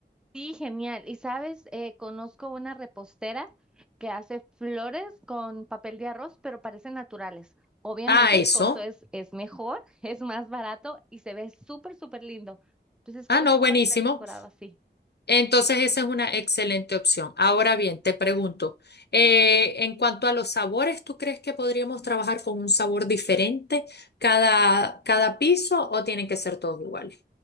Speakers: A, in the centre; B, on the left.
A: Sí, genial. Y sabes, eh, conozco una repostera que hace flores con papel de arroz, pero parecen naturales. Obviamente
B: Ah,
A: el
B: eso.
A: costo es, es mejor, <laughs> es más barato y se ve súper, súper lindo. Entonces
B: Ah,
A: creo
B: no,
A: que un
B: buenísimo.
A: pastel decorado así.
B: Entonces, esa es una excelente opción. Ahora bien, te pregunto, eh, en cuanto a los sabores, ¿tú crees que podríamos trabajar con un sabor diferente cada, cada piso o tienen que ser todos iguales?